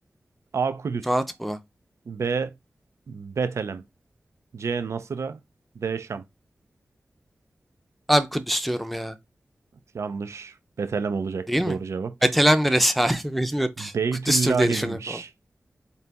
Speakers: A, on the right (about 70°); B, in the centre.
A: A. Kudüs
B: Rahat bu.
A: B. Betlem C. Nasıra D. Şam
B: Abi Kudüs diyorum ya.
A: Yanlış. Betelem olacaktı
B: Değil mi?
A: doğru cevap.
B: Betlem neresi abi? <laughs> Bilmiyorum.
A: Beytüllahim'miş.
B: Kudüs'tür diye düşünüyorum.